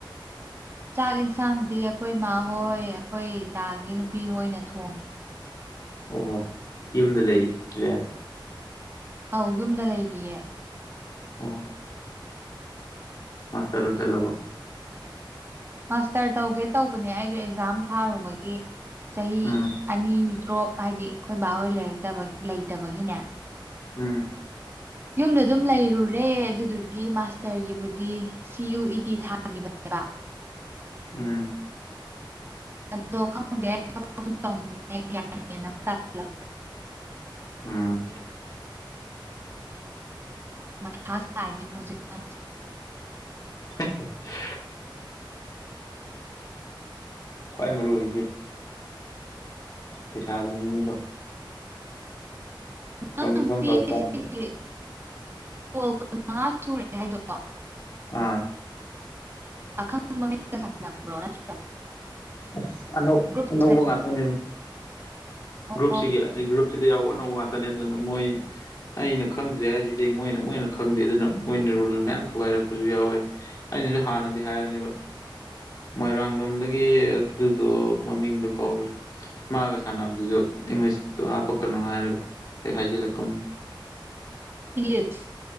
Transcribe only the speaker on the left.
ꯑꯣ ꯍꯣ ꯌꯨꯝꯗ ꯂꯩ ꯔꯦ
ꯑꯣ ꯃꯁꯇꯔ ꯂꯣꯏꯁꯤꯟꯂꯕꯣ
ꯎꯝ
ꯎꯝ
ꯎꯝ
ꯎꯝ
ꯍꯦꯠ ꯍꯦ ꯈ꯭ꯋꯥꯏ ꯃꯔꯨ ꯑꯣꯏꯁꯦ ꯄꯩꯁꯥꯁꯤꯅꯤꯅꯦꯀꯣ ꯇꯧꯅꯤꯡꯕ
ꯑꯃ ꯇꯧꯔ ꯀꯥꯟꯗ
ꯑꯥ
ꯑ ꯑꯅꯧ
ꯑꯅꯧ ꯋꯥ ꯉꯥꯛꯇ ꯅꯦꯕ
ꯒ꯭ꯔꯨꯞꯁꯤꯒꯤ ꯒ꯭ꯔꯨꯞꯁꯤꯗ ꯌꯥꯎꯕ ꯑꯅꯧꯕ ꯉꯥꯛꯇꯅꯦ ꯑꯗꯨꯅ ꯃꯣꯏ ꯑꯩꯅ ꯈꯪꯗ꯭ꯔꯦ ꯍꯥꯏꯁꯤꯗꯤ ꯃꯣꯏꯅ ꯃꯣꯏꯅ ꯈꯪꯗꯦ ꯑꯗꯨꯅ ꯃꯣꯏꯅ ꯔꯨꯜ ꯃꯌꯥꯝ ꯊꯨꯒꯥꯏꯔꯛꯄꯁꯨ ꯌꯥꯎꯋꯦ ꯑꯩꯅꯁꯨ ꯍꯥꯟꯅꯗꯤ ꯍꯥꯏꯕꯅꯦꯕ ꯃꯣꯏꯔꯥꯡ ꯂꯣꯝꯗꯒꯤ ꯑꯗꯨꯗꯣ ꯃꯃꯤꯡꯗꯨꯣ ꯀꯧꯔꯦ ꯃꯥꯒ ꯁꯥꯟꯅꯕꯗꯨꯁꯨ ꯏꯪꯂꯤꯁꯇꯣ ꯍꯥꯞꯄꯛꯀꯅꯣ ꯍꯥꯏꯔꯒ ꯍꯦꯛ ꯍꯥꯏꯖꯤꯜꯂꯛꯀꯨꯝ